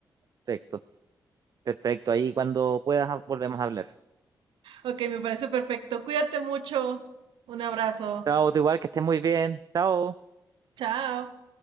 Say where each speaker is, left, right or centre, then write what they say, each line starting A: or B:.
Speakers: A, on the right; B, on the right.
A: Perfecto. Perfecto, ahí cuando puedas ah, volvemos a hablar.
B: Ok, me parece perfecto. Cuídate mucho. Un abrazo.
A: Chao, tú igual, que estés muy bien. Chao.
B: Chao.